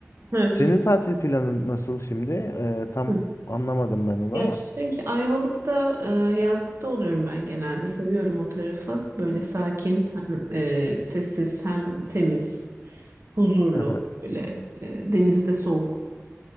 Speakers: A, on the right; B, on the left.
A: Ha, siz...
B: Senin tatil planın nasıl şimdi? Ee, tam
A: Hı.
B: anlamadım ben onu
A: Ya
B: ama.
A: şey Ayvalık'ta e, yazlıkta oluyorum ben genelde. Seviyorum o tarafı. Böyle sakin hem e, sessiz hem temiz huzurlu
B: Hı hı.
A: böyle e, denizde soğuk.